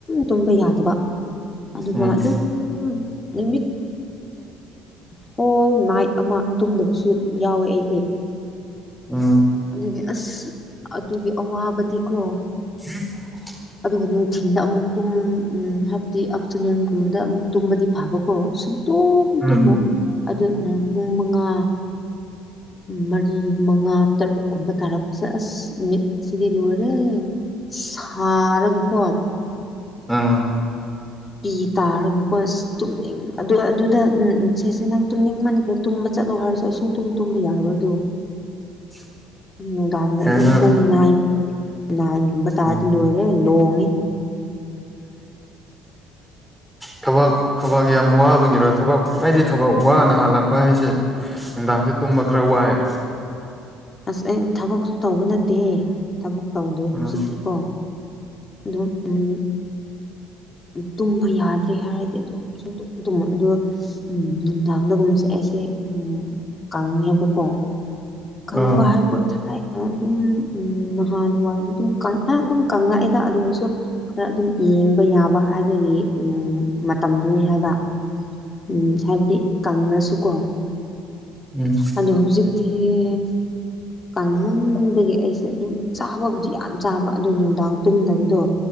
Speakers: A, on the left (about 30°); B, in the centre.
A: ꯇꯨꯝꯕ ꯌꯥꯗꯦ ꯑꯗꯨꯒ
B: ꯎꯝ
A: ꯑꯗꯨꯝ ꯅꯨꯃꯤꯠ ꯍꯣꯜ ꯅꯥꯏꯠ ꯑꯃ ꯇꯨꯝꯗꯕꯁꯨ ꯌꯥꯎꯋꯦ ꯑꯩꯗꯤ
B: ꯎꯝ
A: ꯑꯗꯨꯒꯤ ꯑꯁ ꯑꯗꯨꯒꯤ ꯑꯋꯥꯕꯗꯤꯀꯣ
B: <inaudible>
A: ꯑꯗꯨꯒ ꯅꯨꯡꯊꯤꯟꯗ ꯑꯃꯨꯛ ꯇꯨꯝ ꯍꯥꯏꯕꯗꯤ ꯑꯥꯞꯇꯔꯅꯨꯟꯒꯨꯝꯕꯗ ꯑꯃꯨꯛ ꯇꯨꯝꯃꯗꯤ ꯐꯕꯀꯣ ꯁꯨꯡꯇꯨꯝ
B: ꯎꯝ ꯎꯝ
A: ꯇꯨꯝꯃꯣꯏ ꯑꯗꯨ ꯄꯨꯡ ꯃꯉꯥ ꯃꯔꯤ ꯃꯉꯥ ꯇꯔꯨꯛ ꯀꯨꯝꯕ ꯇꯥꯔꯛꯄꯁꯦ ꯑꯁ ꯃꯤꯠꯁꯤꯗꯤ ꯂꯣꯏꯔꯦ ꯁꯥꯔꯒꯀꯣ
B: ꯑꯥ
A: ꯄꯤ ꯇꯥꯔꯒꯀꯣꯁ ꯇꯨꯝꯅꯤꯡ ꯑꯗꯨ ꯑꯗꯨꯗ ꯎꯝ ꯁꯦꯁꯦ ꯅꯪ ꯇꯨꯝꯅꯤꯡ ꯃꯟꯈ꯭ꯔꯦ ꯇꯨꯝꯕ ꯆꯠꯂꯣ ꯍꯥꯏꯔꯁꯨ ꯑ ꯁꯨꯡ ꯇꯨꯝ ꯇꯨꯝꯕ ꯌꯥꯔꯔꯣꯏꯗꯣ
B: <inaudible>
A: ꯅꯨꯡꯗꯥꯡꯗ
B: ꯀꯩꯅꯣ
A: ꯑꯗꯨꯝ ꯄꯨꯡ ꯅꯥꯏꯟ ꯅꯥꯏꯟ ꯒꯨꯝꯕ ꯇꯥꯔꯗꯤ
B: ꯎꯝ
A: ꯂꯣꯏꯔꯦ ꯂꯣꯡꯉꯤ
B: ꯊꯕꯛ ꯊꯕꯛ ꯌꯥꯝ ꯋꯥꯕꯒꯤꯔꯣ ꯊꯕꯛ ꯑꯩꯗꯤ ꯊꯕꯛ ꯋꯥꯅ ꯍꯜꯂꯛꯄ ꯍꯥꯏꯁꯦ ꯅꯨꯡꯗꯥꯡꯁꯦ ꯇꯨꯝꯕ ꯈꯔ ꯋꯥꯏꯑꯦ
A: ꯑꯁ ꯑꯩ ꯊꯕꯛꯁꯨ ꯇꯧꯕ ꯅꯠ ꯇꯦ ꯊꯕꯛ ꯇꯧꯗꯦ
B: ꯎꯝ
A: ꯍꯧꯖꯤꯛꯇꯤꯀꯣ ꯑꯗꯨ ꯎꯝ ꯎꯝ ꯇꯨꯝꯕ ꯌꯥꯗ꯭ꯔꯤ ꯍꯥꯏꯔꯗꯤ ꯑꯗꯨꯝ ꯑꯗꯨꯝ ꯇꯨꯝꯃꯣꯏ ꯑꯗꯣ ꯅꯨꯡꯗꯥꯡꯗꯒꯨꯝꯁꯦ ꯑꯩꯁꯦ ꯎꯝ ꯀꯪꯉꯦꯕꯀꯣ ꯈꯪꯕ
B: ꯑꯥ
A: ꯍꯥꯏꯕꯨ ꯊꯥꯏ ꯑꯗꯨꯝ ꯎꯝ ꯅꯍꯥꯟꯋꯥꯏ ꯑꯗꯨꯝ ꯀꯪ ꯑꯦ ꯑꯗꯨꯝ ꯀꯪꯂꯛꯑꯦꯗ ꯑꯗꯨ ꯑꯣꯏꯔꯁꯨ ꯈꯔ ꯑꯗꯨꯝ ꯌꯦꯡꯕ ꯌꯥꯕ ꯍꯥꯏꯕꯒꯤ ꯎꯝ ꯃꯇꯝꯗꯨꯅꯤ ꯍꯥꯏꯕ ꯎꯝ ꯍꯥꯏꯕꯗꯤ ꯀꯪꯉꯁꯨꯀꯣ
B: ꯎꯝ
A: ꯑꯗꯣ ꯍꯧꯖꯤꯛ ꯇꯤꯌꯦ ꯀꯥꯡꯃꯟꯕꯒꯤ ꯑꯩꯁꯦ ꯑꯗꯨꯝ ꯆꯥꯕꯕꯨꯗꯤ ꯌꯥꯝ ꯆꯥꯕ ꯑꯗꯨ ꯅꯨꯡꯗꯥꯡ ꯇꯨꯝꯗꯕꯗꯣ